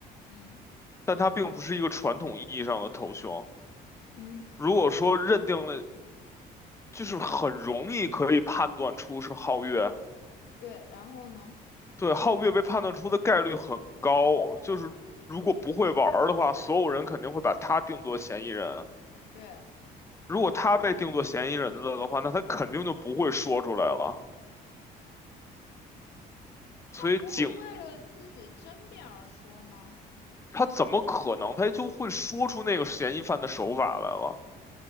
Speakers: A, on the left; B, on the left.
A: 嗯
B: 但他并不是一个传统意义上的投凶。
A: 嗯，
B: 如果说认定了，
A: 他
B: 就是很容易可以判断出是皓月，
A: 对，然后呢？
B: 对，皓月被判断出的概率很高，就是如果不会玩儿的话，所有人肯定会把他定作嫌疑人。
A: 对，
B: 如果他被定作嫌疑人了的话，那他肯定就不会说出来了。
A: 他不会为了自己争辩而说吗？
B: 所以警他怎么可能他就会说出那个嫌疑犯的手法来了？